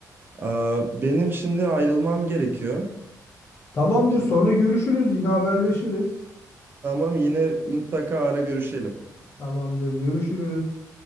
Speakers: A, on the right (about 35°); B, on the left (about 40°).
A: Aa, benim şimdi ayrılmam gerekiyor.
B: Tamamdır
A: Bir-
B: sonra görüşürüz yine haberleşiriz.
A: Tamam yine mutlaka ara görüşelim.
B: Tamamdır görüşürüz.